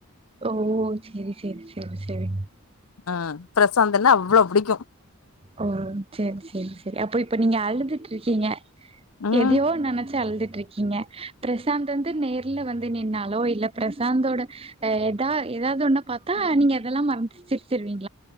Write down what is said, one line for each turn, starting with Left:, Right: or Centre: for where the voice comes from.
Right: ஓ செரி செரி செரி செரி
Left: அ பிரசாந்துனா அவ்ளோ புடிக்கு
Right: ஓ செரி செரி செரி அப்ப இப்ப நீங்க அழுதுட்ருக்கீங்க
Left: ம்
Right: எதையோ நெனச்சி அழுது ட்ருக்கீங்க பிரசாந் வந்து நேர்ல வந்து நின்னாலோ இல்ல பிரசாந்தோட ஏதா ஏதாவது ஒன்னா பாத்தா நீங்க அதெல்லா மறந் சிரிச்ருவீங்